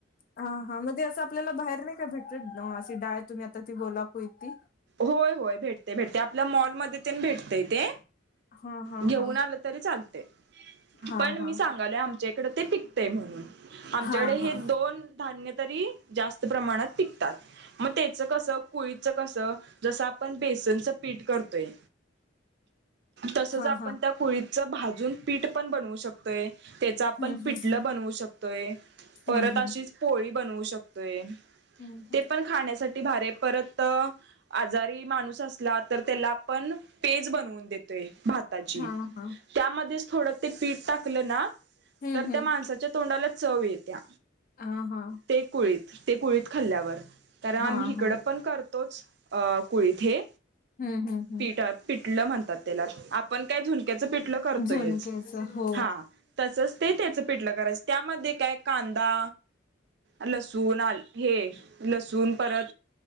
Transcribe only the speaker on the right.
होय होय भेटते भेटते आपल्या मॉलमध्ये तेन भेटतेय ते
घेऊन
आलं तरी चालतय,
पण
मी सांगालोय आमच्या इकडे ते पिकतेय म्हणून, आमच्याकडे
हे दोन दोन धान्य तरी जास्त प्रमाणात पिकतात. मग ते च कसं कुळीचं कसं? जसं आपण बेसनचं पीठ करतोय. तसच
आपण
त्या कुळीचं भाजून पीठ पण बनवू शकतो. <unintelligible> त्याच आपण
पिटलं बनवू शकतोय, परत
अशीच पोळी बनवू शकतोय,
ते पण खाण्यासाठी भरीये परत आजारी माणूस असला तर त्याला आपण पेज बनवून देतोय भाताची
त्यामध्येच थोडं ते पीठ टाकलं ना
तर
त्या माणसाच्या तोंडाला चव येत्या,
ते कुळीत ते कुळीत खल्ल्यावर. तर आम्ही
हिकडं
पण करतोच. अ कुळीत हे.
पिट पिटलं म्हणतात त्याला, आपण काय झुणक्याचं पिटलं करतोयच
हा तसच ते त्याचं पिटलं करायचं त्यामध्ये काय कांदा, लसूण आ हे लसूण परत